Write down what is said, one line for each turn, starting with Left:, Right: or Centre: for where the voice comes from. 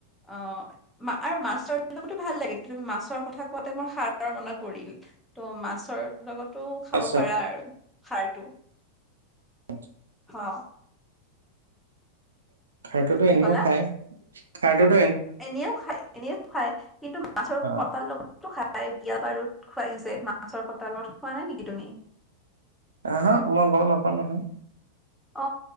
Centre: অ। মা আৰু মাছৰোতো ভাল লাগে তুমি মাছৰ কথা কোৱাতে মোৰ সাৰৰ মনত পৰিল। ত' মাছৰ লগতো খাব
Right: আচ্ছা
Centre: পাৰা আৰু সাৰতটো।
Right: হয় <unintelligible>
Centre: হয়।
Right: খাৰ্ডতো
Centre: কি
Right: এনেও
Centre: ক'লা
Right: খায় খাৰ্ডত।
Centre: এনেও খায় এনেও খায় কিন্তু মাছৰ
Right: অ
Centre: কটাৰ লগতো খায়। তাই বিয়া বাৰুত খোৱাইছে মাছৰ কটালত খোৱা নাই নেকি তুমি।
Right: আহ হা মই গম নাপালো নহয়।
Centre: অ